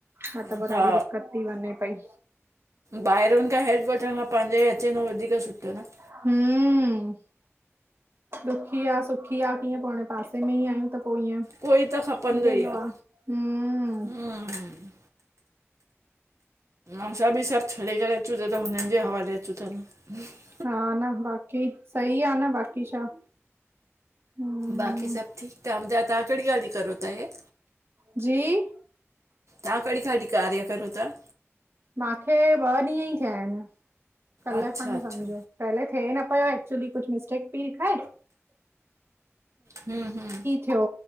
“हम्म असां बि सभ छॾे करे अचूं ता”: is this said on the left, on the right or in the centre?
Right